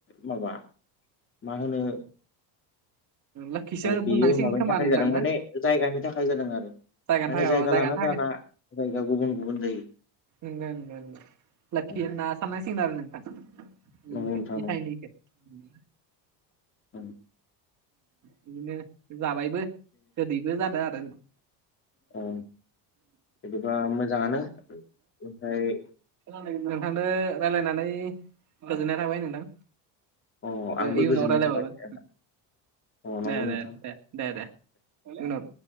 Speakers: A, on the left (about 25°); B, on the right (about 40°).
A: माबा मा होनो
B: लोखिसो
A: बेयो
B: बुंनांसिगोन
A: माबानि
B: खोमा
A: थाखाय
B: नोंथां
A: जादों
B: ना
A: माने जायगानि थाखाय जादों आरो।
B: जायगानि
A: माने
B: थाखाय
A: जायगा
B: अ जायगानि
A: लाना
B: थाखाय
A: जाना जायगा गुबुन गुबुन जायो।
B: नंगो नंगो नंगो लाखि
A: औ
B: होनना साननां सिगोन आरो नोंथां इनिखो
A: नंगौ नोंथां
B: इ थायनैखो। उम।
A: औ।
B: बिदिनो जाबायबो गोदैबो जादों आरो नो
A: अ बिदिबा मोजाङानो ओमफ्राय
B: नोंथांनो राय्लायनानै गोजोननाय थाबाय नोंथां।
A: अ आंबो
B: इयुनाव
A: गोजोननाय
B: रायलाय
A: थाबाय
B: मावगोन।
A: नोंथां। अ
B: दे
A: नंगौ नोंथां
B: दे दे दे दे उनाव